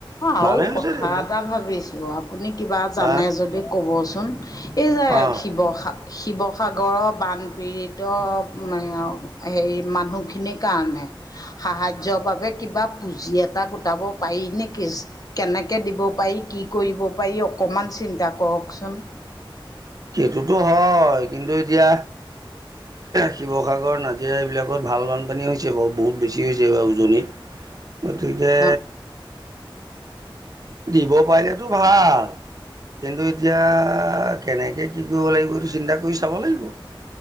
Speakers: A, on the left (about 45°); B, on the right (about 45°).
A: আৰু
B: ভালেই হৈছে
A: কথা
B: এইবিলাক
A: এটা ভাবিছো আ পুনি কিবা জানে
B: আহ
A: যদি ক'বচোন, এই যে
B: অঁ
A: শিৱসাগ শিৱসাগৰৰ বানপীড়িত অঁ হেৰি মানুহখিনিৰ কাৰণে সাহায্য বাবে কিবা পুজি এ টা গোটাব পাৰি নেকি, কেনেকে দিব পাৰি কি কৰিব পাৰি অকণমান চিন্তা কৰকচোন।
B: সেইটোতো হয়, কিন্তু এতিয়া শি শিৱসাগৰ, নাজিৰা, এইবিলাকত ভাল বানপানী হৈছে বাৰু বহুত বেছি হৈছে এইবাৰ উজনিত। গতিকে
A: অঁ
B: দিব পাৰিলেতো ভাল, কিন্তু এতিয়া কেনেকে কি কৰিব লাগিব এইটো চিন্তা কৰি চাব লাগিব।